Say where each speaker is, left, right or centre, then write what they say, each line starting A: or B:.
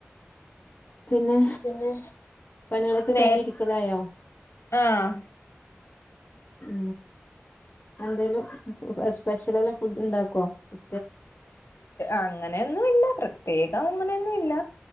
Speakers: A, on the left (about 45°); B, on the left (about 80°).
A: പിന്നെ
B: പിന്നെ
A: പണികളൊക്കെ
B: നേ
A: കഴിഞ്ഞി രിക്കലായോ
B: ആഹ്
A: ഉ എന്തേലും ഫ സ്പെഷ്യലല്ലാം ഫുഡ് ഉണ്ടാക്കോ ഉം
B: അങ്ങനെയൊന്നുംല്ല പ്രത്യേകം അങ്ങനെയൊന്നുംല്ല